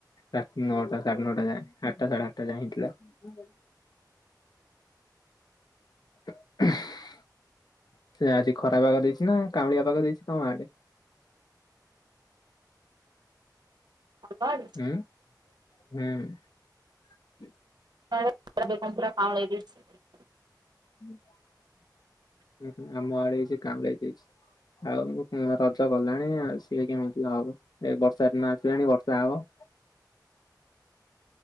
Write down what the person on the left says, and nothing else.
ରାତି ନଅଟା ସାଢେ ନଅଟା ଯାଏ ଆଠଟା ସାଢେ ଆଠଟା ଯାଏ ହେଇଥିଲା। <inaudible> <inaudible> ସେ ଆଜି ଖରା ପାଗ ଦେଇଛି ନା କାଉଁଳିଆ ପାାଗ ଦେଇଛି ତମ ଆଡେ।
ଉଁ <inaudible> ହୁଁ। <inaudible>
<inaudible> ଉଁ ହୁଁ ଆମ ଆଡେ ସେ କାମ ଲାଗି ଯାଇଛି। ଆଉ ରଜ ଗଲାଣି ଆଉ ସିଏ କେମିତି ହବ ଏ ବର୍ଷା ଦିନ ଆସିଲାଣି ବର୍ଷା ହବ। <inaudible>